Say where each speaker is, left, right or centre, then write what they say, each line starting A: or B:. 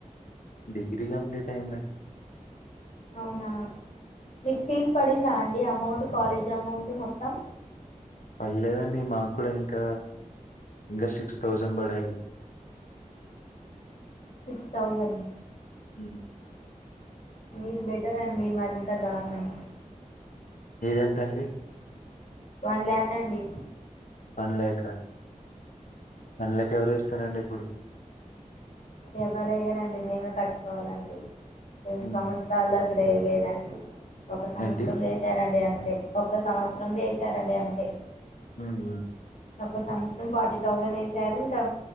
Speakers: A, on the left (about 80°); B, on the left (about 60°).
A: డిగ్రీ కంప్లీట్ అయిందం
B: అవునా మీకు ఫీజ్ పడిందా అండి అమౌంట్ కాలేజ్ అమౌంట్ మొత్తం
A: పర్లేదండి మాకు కూడా ఇంకా ఇంకా సిక్స్ థౌజండ్ పడాలి
B: సిక్స్ థౌజండ్
A: మ్
B: మీది బెటర్ అండి మాదింకా దారుణం
A: ఎంతండి
B: వన్ ల్యాక్ అండి
A: అనలేఖ అనలేక ఎవర ఇస్తారండి ఇప్పుడు
B: ఎవరయ్యరండి మేమే కట్టుకోవాలండి రెండు
A: హ్మ్.
B: సంవత్సరాల్లో అసలే లేదండి ఒక సంవత్సరం
A: ఏంటి?
B: చేసారండి అంత ఒక్క సంవత్సరం చేసారండి అంతే
A: హ
B: ఒక సంవత్సరం ఫార్టీ థౌజండ్ వేసారు ఇంకా